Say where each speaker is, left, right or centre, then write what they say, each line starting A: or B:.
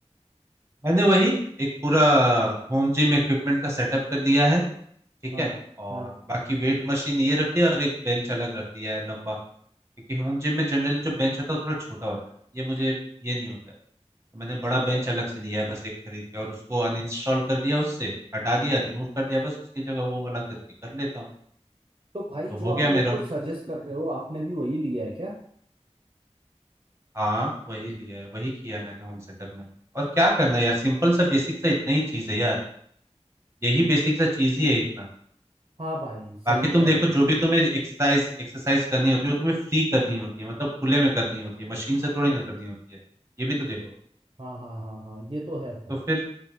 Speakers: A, on the right; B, on the right.
A: मैंने वही एक पूरा होम जिम इक्विपमेंट का सेटअप कर लिया है ठीक
B: हाँ
A: है और
B: हाँ
A: बाकी वेट मशीन ये रख लिया और एक बेंच अलग रख लिया है लंबा क्योंकि होम जिम में जनरली जो बेंच होता है वो थोड़ा छोटा होता है ये मुझे ये नहीं होता है तो मैंने बड़ा
B: अच्छा
A: बेंच अलग से लिया है बस एक खरीद के और उसको अनइंस्टॉल कर दिया उससे हटा दिया रिमूव कर दिया बस उसकी जगह वो वाला करके कर लेता हूँ
B: तो भाई
A: तो
B: जो
A: हो
B: आप
A: गया
B: मेरे
A: मेरा
B: को सजेस्ट कर रहे हो आपने भी वही लिया है क्या
A: हाँ वही लिया है वही किया है मैंने होम सेटअप में और क्या करना यार सिंपल सा बेसिक सा इतना ही चीज है यार यही बेसिक सा चीज ही है इतना
B: हाँ भाई सही
A: बाकी
B: कह
A: तुम देखो
B: रहे हो
A: जो भी तुम्हें एक्सरसाइज एक्सरसाइज करनी होती है वो तुम्हें फ्री करनी होती है मतलब खुले में करनी होती है मशीन से थोड़ी ना करनी होती है ये भी तो देखो
B: हाँ हाँ हाँ हाँ ये तो है भाई
A: तो फिर